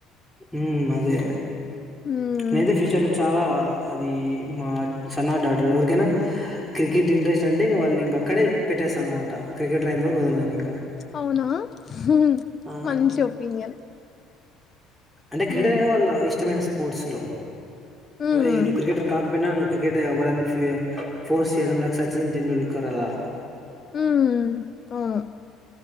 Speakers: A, in the centre; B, on the left.
A: ఉమ్ అదే
B: హ్మ్
A: నదే ఫుచర్లో చా ఆ ఆ అది మా సన్న డాటర్ ఎవరికైనా క్రికెట్ ఇంట్రెస్ట్ అంటే వాళ్ళనింక కడే పెట్టస్థానానమాట క్రికెటర్యెంతవరకు వదలేదు ఇంకా
B: అవునా హుమ్
A: ఆ
B: మంచి ఒపీనియన్
A: అంటే క్రికెట్
B: హ్మ్
A: వాళ్ళ ఇష్టమైన స్పోర్ట్స్ లో
B: హ్మ్
A: మరి నువ్వు క్రికెటర్ కాకపోయినా నువు క్రికెటరీ అవ్వాలని ఫియ ఫోర్స్ చేయడంలే సచిన్ టెండూల్కర్ అలా
B: హ్మ్ అవును